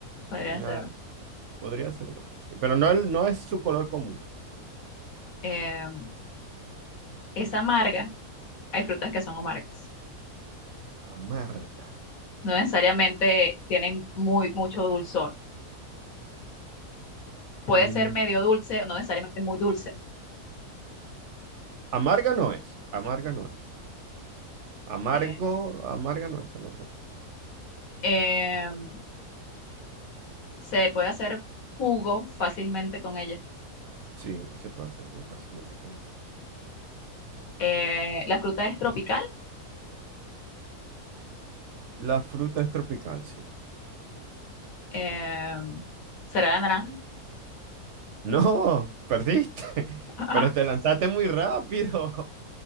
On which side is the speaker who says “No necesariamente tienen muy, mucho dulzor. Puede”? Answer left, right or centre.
Left